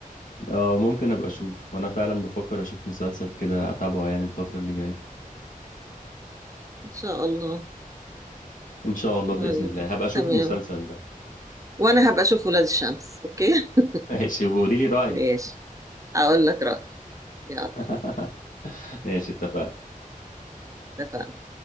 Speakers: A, on the left; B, on the right.
A: اه ممكن ابقى اشوف وانا فعلا بفكر اشوف مسلسل كده اتابعه يعني الفترة اللي جاية
B: <laughs> ان شاء الله
A: ان شاء الله باذن
B: طيب
A: الله هبقى اشوف
B: تمام
A: المسلسل ده
B: وانا هبقى اشوف ولاد الشمس اوكي <laughs>
A: ماشي وقولي لي رأيك
B: ماشي هقول لك رأيي يلا
A: <laughs> ماشي اتفقنا
B: اتفقنا